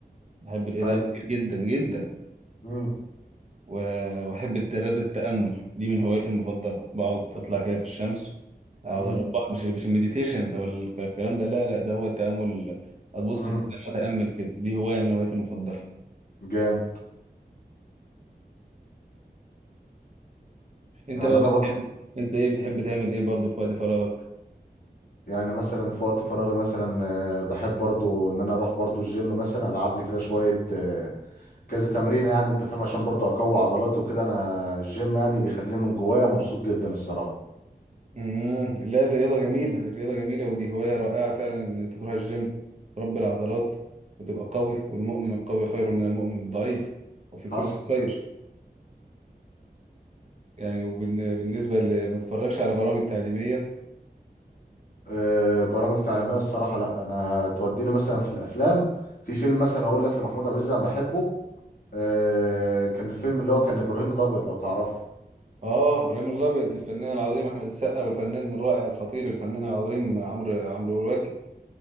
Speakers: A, on the right; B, on the left.
A: بحب القراية
B: حلو
A: كتير جدا جدا
B: امم
A: و- وأحب الترياضة التأمل دي من هواياتي المفضلة بقعد أطلع كده في الشمس أقعد
B: امم
A: أربع مش مش المديتيشن أو ال- الكلام ده لا لا ده هو التأمل أبص
B: امم
A: في السماء وأتأمل كده دي هواية من هواياتي المفضلة
B: جام
A: أنت
B: يعني
A: بقى
B: انا
A: بتحب
B: برضه
A: أنت إيه بتحب تعمل إيه برضه في وقت فراغك؟
B: يعني مثلا في وقت فراغي مثلا آه، بحب برضه ان انا اروح برضه الجيم مثلا العب لي كده شويه آه، كذا تمرين يعني انت فاهم عشان برضه اقوي عضلاتي وكده انا الجيم يعني بيخليني من جوايا مبسوط جدا الصراحه
A: امم لا الرياضة جميلة الرياضة جميلة ودي هواية رائعة فعلا إن أنت تروح الجيم تربي العضلات وتبقى قوي والمؤمن القوي خير من المؤمن الضعيف وفي
B: حصل
A: كل خير يعني وبالنسبة اللي ما تتفرجش على برامج تعليمية
B: آه، برامج تعليميه الصراحه لا انا توديني مثلا في الافلام في فيلم مثلا هقول لك لمحمود عبد العزيز انا بحبه آه، كان الفيلم اللي هو كان ابراهيم الابيض لو تعرفه
A: اه ابراهيم الابيض الفنان العظيم احمد السقا والفنان الرائع الخطير الفنان العظيم عمرو عمرو واكد